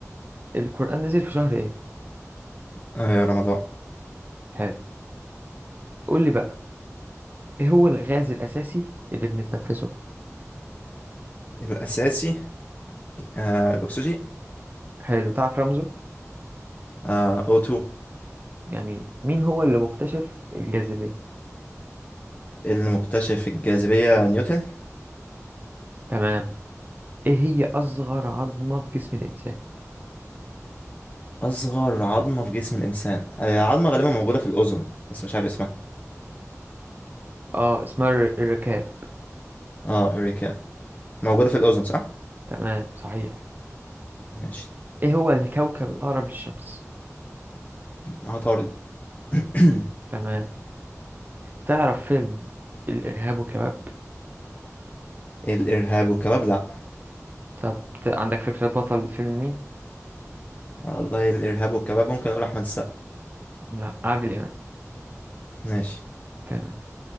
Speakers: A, on the right; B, on the left.
A: القرآن نزل في شهر إيه؟
B: آه رمضان
A: حلو قول لي بقى إيه هو الغاز الأساسي اللي بنتنفسه؟
B: الأساسي آه الأكسجين
A: حلو تعرف رمزه؟
B: آه أوتو
A: جميل مين هو اللي مكتشف الجاذبية؟
B: اللي مكتشف الجاذبية نيوتن
A: تمام ايه هي اصغر عظمة في جسم الانسان
B: أصغر عظمة في جسم الإنسان آه عظمة غالبا موجودة في الأذن بس مش عارف اسمها
A: اه اسمها الر- الركاب
B: اه إريكا موجودة في الأذن صح؟
A: تمام صحيح
B: ماشي
A: ايه هو الكوكب الاقرب للشمس
B: عطارد <coughs>
A: تمام تعرف فيلم الارهاب والكباب
B: <clears throat> الإرهاب والكباب لأ
A: طب ت- عندك فكرة بطل الفيلم مين
B: والله الإرهاب والكباب ممكن أقول أحمد السقا
A: لا عادل امام
B: ماشي
A: تمام